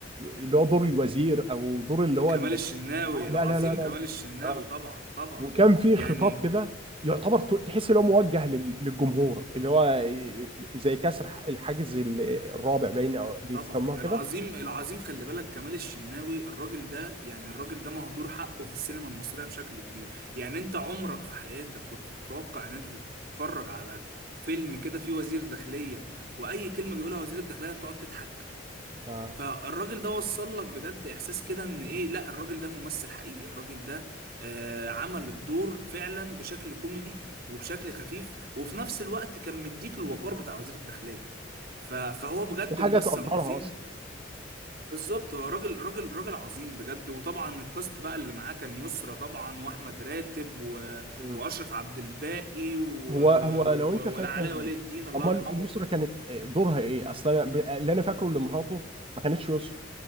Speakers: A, on the right (about 30°); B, on the right (about 50°).
A: اللي هو دور الوزير او دور اللي هو
B: كمال
A: ال-
B: الشناوي
A: لا
B: العظيم
A: لا لا لا
B: كمال
A: لا
B: الشناوي
A: آه.
B: طبعا طبعا
A: وكان في
B: يعني
A: خطاب كده يعتبر ت- تحس ان هو موجه لل- للجمهور اللي هو ي- زي كسر ح- الحاجز ال- الرابع باين او بيسموها
B: طبعا
A: كده
B: العظيم العظيم خلي بالك كمال الشناوي الراجل ده يعني الراجل ده مهدور حقه في السينما المصرية بشكل كبير يعني انت عمرك في حياتك كنت تتوقع ان انت تتفرج على فيلم كده فيه وزير داخلية واي كلمة بيقولها وزير الداخلية بتقعد تضحك
A: اه
B: فالراجل ده وصل لك بجد احساس كده ان ايه لا الراجل ده ممثل حقيقي الراجل ده آه عمل الدور فعلا بشكل كوميدي وبشكل خفيف وفي نفس الوقت كان مديك الوقار بتاع وزير الداخلية ف- فهو بجد
A: دي حاجه
B: ممثل
A: تقدرها
B: عظيم
A: اصلا
B: بالظبط هو راجل راجل راجل عظيم بجد وطبعا الكاست بقى اللي معاه كان يسرا طبعا واحمد راتب و...
A: مم.
B: واشرف عبد الباقي و...
A: هو هو لو
B: و...
A: انت فاكر
B: ولا علاء ولي الدين الله
A: امال
B: يرحمه
A: يسرا كانت دورها ايه اصلا أنا ب- اللي انا فاكره اللي مراته ما كانتش يسرا